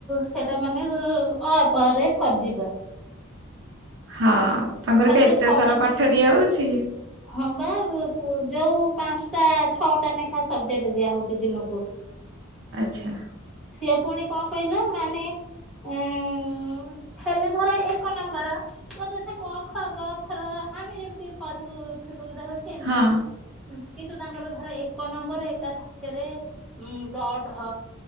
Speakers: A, in the centre; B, on the right (about 60°).
A: ସେଇଟା ମାନେ ଇ ଅଳ୍ପରେ ସରି ଯିବ।
B: ହଁ ତାଙ୍କର
A: ପାଞ୍ଚ
B: କଣ ଏତେ
A: ଛଅଟା
B: ସାର ପାଠ ଦିଆ ହଉଛି?
A: ହଁ ବା କୁ ଯୋଉ ପାଞ୍ଚଟା ଛଅଟା ନେଖା ସବଜେକ୍ଟ୍ ଦିଆ ହଉଛି ଦିନକୁ।
B: ଆଚ୍ଛା।
A: ସିଏ ପୁଣି କଣ କହିଲ ମାନେ ଉଁ-ଉ-ଉ-ଉ ହେଲେ ଧର ଏକ ନମ୍ବର ତୁମ କଥା କ, ଖ, ଗ, ଘ, ର ଆମେ ଯେମିତି ପଢୁଥୁଲୁ। ଉଦ୍ଧାର ସେମିତି
B: ହଁ।
A: କିନ୍ତୁ ତାଙ୍କର ଧର ଏକ ନମ୍ବର ଏକା ଥାକେରେ ଉୁଁ ଡ ଢ